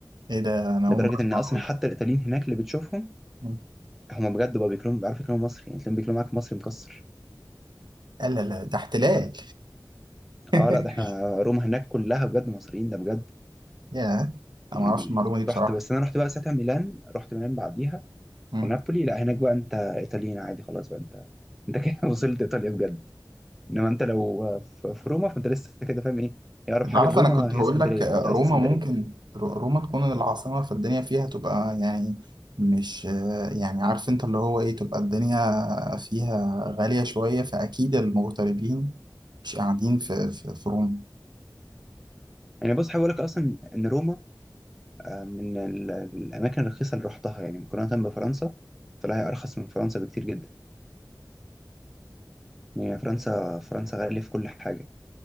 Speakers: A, on the right; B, in the centre.
A: إيه ده أنا أول
B: لدرجه
A: مرة أسمع
B: ان اصلا
A: المعلومة
B: حتى
A: دي.
B: الايطاليين هناك اللي بتشوفهم
A: مم.
B: هم بجد بقى بيكلموا بيعرفوا يكلموا مصري يعني تلاقيهم بيكلموا معاك مصري مكسر
A: لا لا لا ده احتلال <laughs>
B: اه لا ده احنا روما هناك كلها بجد مصريين ده بجد
A: يا أنا
B: يعني
A: ما أعرفش المعلومة دي بصراحة
B: رحت بس انا رحت بقى ساعتها ميلان رحت ميلان بعديها
A: مم.
B: ونابولي لا هناك بقى انت ايطاليين عادي خلاص بقى انت انت كده <laughs> وصلت ايطاليا بجد انما انت لو في في روما فانت لسه كده فاهم ايه هي اقرب
A: انت
B: حاجه
A: عارف
B: لروما
A: انا كنت هقول
B: هي اسكندريه
A: لك آه،
B: فانت قاعد
A: روما
B: في اسكندريه
A: ممكن رو- روما تكون العاصمة فالدنيا فيها تبقى يعني مش آه، يعني عارف انت اللي هو ايه تبقى الدنيا فيها غالية شوية فأكيد المغتربين مش قاعدين في في, في روما
B: يعني بص حابب اقول لك اصلا ان روما آه، من ال- الاماكن الرخيصه اللي رحتها يعني مقارنه بفرنسا طلع هي ارخص من فرنسا بكتير جدا يعني فرنسا فرنسا غاليه في كل حاجه